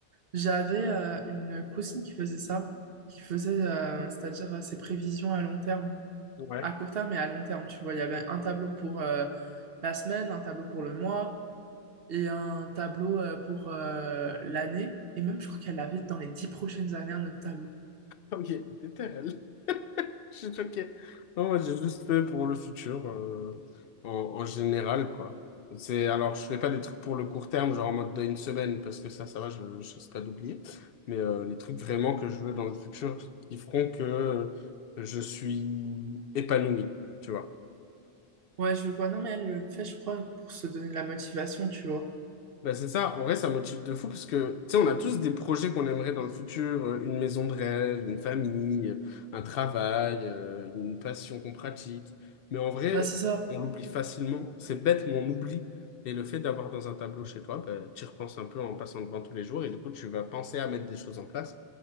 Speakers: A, on the right; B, on the left.
A: j'avais euh, une cousine qui faisait ça, qui faisait, euh, c'est-à-dire euh, ses prévisions à long terme.
B: Ouais.
A: À court terme et à long terme, tu vois. Il y avait un tableau pour... euh, la semaine, un tableau pour le mois, et un tableau euh, pour euh, l'année. Et même, je crois qu'elle avait dans les dix prochaines années un autre tableau.
B: Ok, t'es terrel. <laughs> Je suis choqué. Non, moi, j'ai juste fait pour le futur, euh, en, en général, quoi. C'est, alors, je fais pas des trucs pour le court terme, genre en mode d'une semaine, parce que ça, ça va, je, je risque pas d'oublier. Mais euh, les trucs vraiment que je veux dans le futur qui feront que je suis épanoui, tu vois.
A: Ouais, je vois. Non, mais elle le fait, je crois, pour se donner de la motivation, tu vois.
B: Bah c'est ça, en vrai, ça motive de fou parce que, tu sais, on a tous des projets qu'on aimerait dans le futur, euh, une maison de rêve, une famille, euh, un travail, euh, une passion qu'on pratique. Mais en vrai,
A: Bah, c'est ça.
B: on l'oublie facilement. C'est bête, mais on oublie. Et le fait d'avoir dans un tableau chez toi, bah, tu y repenses un peu en passant devant tous les jours et du coup, tu vas penser à mettre des choses en place